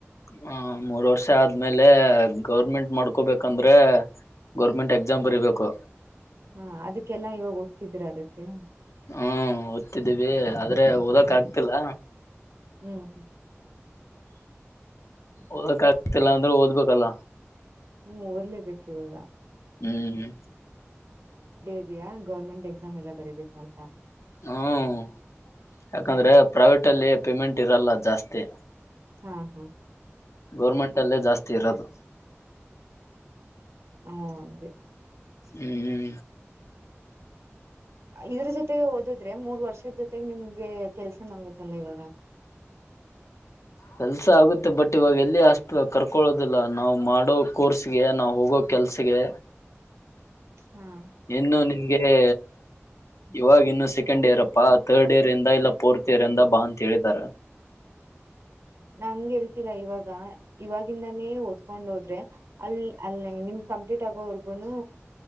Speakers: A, on the left (about 80°); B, on the right (about 75°).
A: ಹ ಮೂರ್ ವರ್ಷ ಆದ್ಮೇಲೆ ಗೌರ್ಮೆಂಟ್ ಮಾಡ್ಕೊಬೇಕಂದ್ರೆ ಗೌರ್ಮೆಂಟ್ ಎಕ್ಸಾಮ್ ಬರಿಬೇಕು
B: ಹಾ ಅದಕ್ಕೆಲ್ಲಾ ಇವಾಗ ಓದ್ತಿದೀರ ಅದಕ್ಕೆ
A: ಹ್ಮ್ ಓದ್ತಿದ್ದೀವಿ ಆದ್ರೆ ಓದಕ ಆಗ್ತಿಲ್ಲ
B: ಹ್ಮ್ ಹ್ಮ್
A: ಓದಕ್ಕ ಆಗ್ತಿಲ್ಲ ಅಂದ್ರೆ ಓದ್ಬೇಕಲ್ಲ
B: ಹ್ಮ್ ಓದಲೇಬೇಕ ಇಿವಾಗ
A: ಹ್ಮ್ ಹ್ಮ್
B: ಇದೆಯಾ ಗೌರ್ಮೆಂಟ್ ಎಕ್ಸಾಮ್ ಎಲ್ಲ ಬರೀಬೇಕು ಅಂತ
A: ಹ್ಮ್ ಯಾಕಂದ್ರೆ
B: ಹ್ಮ್ ಹ್ಮ್
A: ಪ್ರೈವೇಟ್ ಅಲ್ಲಿ ಪೇಮೆಂಟ್ ಇರಲ್ಲ ಜಾಸ್ತಿ
B: ಹಾ ಹಾ
A: ಗೌರ್ಮೆಂಟ್ ಅಲ್ಲೇ ಜಾಸ್ತಿ ಇರೋದು
B: ಹ್ಮ ಅ
A: ಹ್ಮ್್ಮ
B: ಇದ್ರ ಜೊತೆಗೆ ಓದಿದ್ರೆ ಮೂರ್ ವರ್ಷದ ಜೊತೆಗೆ ನಿಮ್ಗೆ ಕೆಲ್ಸ ನಗುತ್ತಲ್ಲ ಇವಾಗ
A: ಕೆಲ್ಸ ಆಗುತ್ತೆ ಬಟ್ ಇವಾಗ ಎಲ್ಲಿ ಅಷ್ಟು ಕರ್ಕೊಳೋದಿಲ್ಲ ನಾವ್ ಮಾಡೋ ಕೋರ್ಸ್ಗೆ ನಾವ್ ಹೋಗೋ ಕೆಲ್ಸಗೆ
B: ಹಾ
A: ಇನ್ನು ನಿನ್ ಹಾಗಗೆ ಇವಾಗ ಇನ್ನು ಸೆಕೆಂಡ್ ಇಯರ್ ಅಪ್ಪಾ ಥರ್ಡ್ ಇಯರ್ ಇಂದ ಇಲ್ಲ ಫೋರ್ತ್ ಇಯರ್ ಇಂದ ಬಾ ಅಂತ ಹೇಳಿದಾರ
B: ನಂಗಗೆ ಹೇಳ್ತಿಲ್ಲ ಇವಾಗ ಇವಾಗಿಂದಾನೇ ಓದ್ಕೊಂಡ್ ಹೋದ್ರೆ ಅಲ್ ಅಲ್ಲಿ ನಿಮ್ ಕಂಪ್ಲೀಟ್ ಆಗೋವರ್ಗುನು